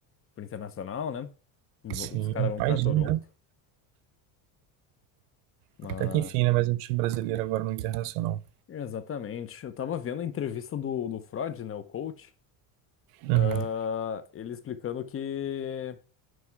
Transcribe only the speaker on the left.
pro Internacional, né? Vo-
Os caras vão
pra Toronto.
mas
Exatamente. Eu tava vendo a entrevista do, do Freud, né, o coach,
ah, ele explicando que